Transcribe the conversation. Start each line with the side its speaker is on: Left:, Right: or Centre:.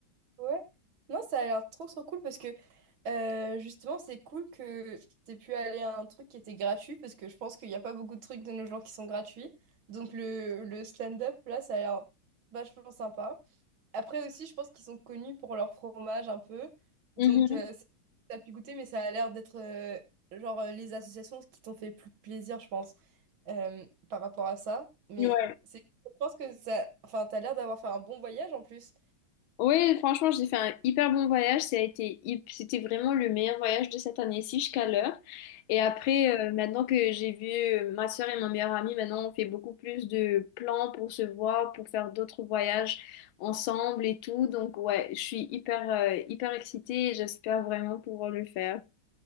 Right: Ouais. Non, ça a l'air trop trop cool parce que euh, justement, c'est cool que t'aies pu aller à un truc qui était gratuit parce que je pense qu'il n'y a pas beaucoup de trucs de nos jours qui sont gratuits. Donc le, le stand-up, là, ça a l'air vachement sympa. Après aussi, je pense qu'ils sont connus pour leur fromage un peu. Donc
Left: Mhm.
Right: euh, c'est- t'as pu goûter, mais ça a l'air d'être euh, genre euh, les associations qui t'ont fait le plus plaisir, je pense, euh, par rapport à ça. Mais
Left: Ouais.
Right: c'est, je pense que ça, enfin, t'as l'air d'avoir fait un bon voyage en plus.
Left: Oui, franchement, j'ai fait un hyper bon voyage. Ça a été, hyp- c'était vraiment le meilleur voyage de cette année-ci jusqu'à l'heure. Et après, euh, maintenant que j'ai vu euh, ma soeur et ma meilleure amie, maintenant on fait beaucoup plus de plans pour se voir, pour faire d'autres voyages ensemble et tout. Donc ouais, je suis hyper, euh, hyper excitée et j'espère vraiment pouvoir le faire.